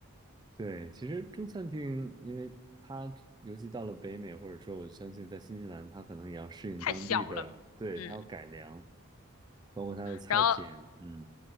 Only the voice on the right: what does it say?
对。其实中餐厅，因为它尤其到了北美，或者说我相信在新西兰，它可能也要适应当地的，
对，
它要改良，包括它的菜品。
嗯